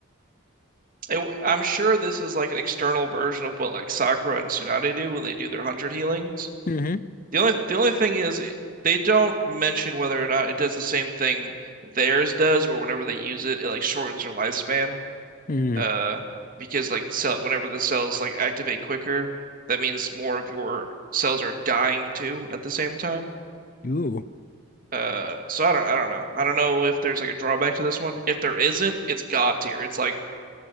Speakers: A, on the right; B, on the left.
A: it- I'm sure this is like an external version of what like Sakura and Tsunade do when they do their hundred healings.
B: Mm-hmm.
A: The only the only thing is it, they don't mention whether or not it does the same thing theirs does, where whenever they use it, it like shortens their lifespan.
B: Mm.
A: uh because like cell whenever the cells like activate quicker that means more of your cells are dying too at the same time
B: Ooh.
A: uh so I don't I don't know I don't know if there's like a drawback to this one if there isn't it's god tier it's like